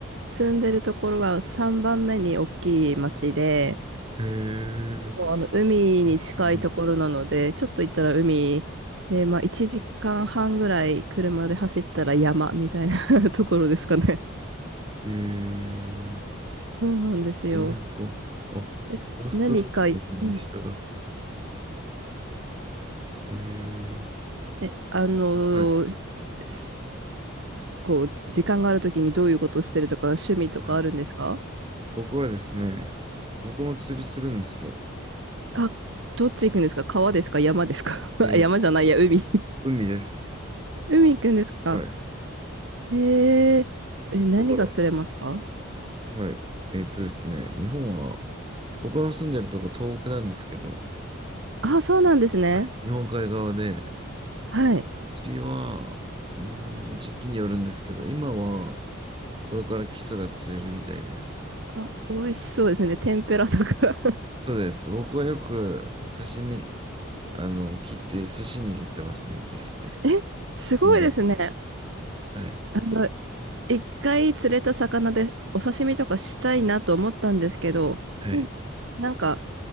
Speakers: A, on the right; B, on the right.
A: 住んでるところは3番目に大きい町で、
B: へえ。ニュ
A: もうあの、海に近いところなので、
B: ージーランド。
A: ちょっと行ったら海で、まあ、1時間半ぐらい車で走ったら山みたいな <laughs> ところですかね。
B: へえ。
A: <laughs> そうなんですよ。
B: この辺か。あ、オ
A: え、
B: ーストラリアの右下だ。
A: 何か、うん。
B: えー、
A: え、あのーす
B: はい、
A: こう、時間があるときにどういうことしてるとか、趣味とかあるんですか
B: はい。僕はですね、僕も釣りするんですよ。
A: あ、どっち行くんですか川ですか山ですか <laughs> あ山じゃないや、
B: えーっと、
A: 海
B: 海です。
A: <laughs> 海行くんですか
B: はい。
A: えー、え、何が釣れますか
B: だから、はい。えーっとですね、日本は、僕の住んでるとこ東北なんですけど、
A: あ、そうなんですね。
B: はい。日本海側で、
A: はい。
B: 釣りは、うーん、時期によるんですけど、今は、これからキスが釣れるみたいです。
A: あ、美味しそうですね。天ぷらとか
B: そうです。僕はよく刺身、あの、切って、寿司握ってますね、キスで。
A: <laughs> えすごいですね。
B: 昆布はい、
A: あの、一回釣れた魚でお刺身とかしたいなと思ったんですけど、
B: はい、
A: ななんか、